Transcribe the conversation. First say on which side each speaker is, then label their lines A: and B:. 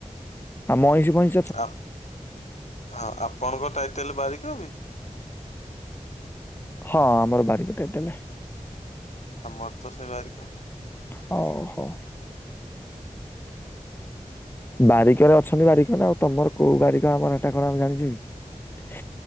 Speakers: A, on the left; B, on the left.
A: ଆଉ ମଇଁଷି ପଇଁଷି
B: ଆ ହଁ ଆପଣଙ୍କ ଟାଇଟେଲ ବାରିକ ବି?
A: ହଁ ଆମର ବାରିିକ ଟାଇଟେଲ୍।
B: ଆମର ତ ସେଇ ବାରିକ।
A: ହଉ ହୋ। ବାରିକରେ ଅଛନ୍ତି ବାରିକ ନା ଆଉ ତମର କୋଉ ବାରିକ ଆମର ଏଟା କଣ ଆମେ ଜାଣିଛୁ କି।